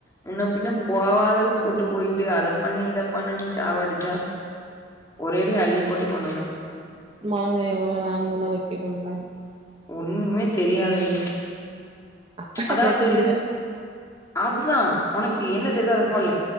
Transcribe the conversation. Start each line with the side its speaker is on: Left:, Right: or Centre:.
Left: முன்ன பின்ன போவாதள கூட் டு போயிட்டு அத பண்ணு இத பண்ணுன் சாவடிச்சா ஒரேடி அள்ளி போட்டு கொண்டு வந்தாச்சு
Right: மொளகா எவ்ள வாங்கனு வெக்கணுன் லா
Left: ஒண்ணுமே தெரியாது டி
Right: அப்பாட்ட
Left: அதாவுது
Right: கேட்க வேண்டியது தான.
Left: அதா ஒனக்கு என்ன தெரிதோ அத போடுலே